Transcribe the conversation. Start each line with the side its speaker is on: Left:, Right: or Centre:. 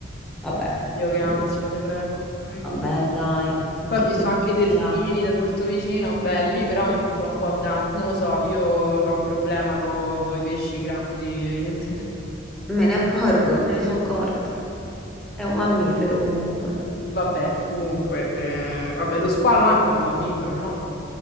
Centre: Vabbè,
Left: Io che
Centre: quindi...
Left: ansia, te prego, aiuto.
Centre: Vabbè, dai, ma
Left: Poi
Centre: che
Left: ho visto
Centre: tempo
Left: anche i delfini
Centre: è acqua.
Left: da molto vicino, belli, però
Centre: Eh,
Left: mi mettono un po' a dante. Non lo so, io ho un problema con i pesci grandi, evidentemente.
Centre: me ne accorgo, me ne sono accorta. È un mammifero comunque.
Left: <laughs> Vabbè, comunque, eh, vabbè, lo squalo anche è un mammifero, no?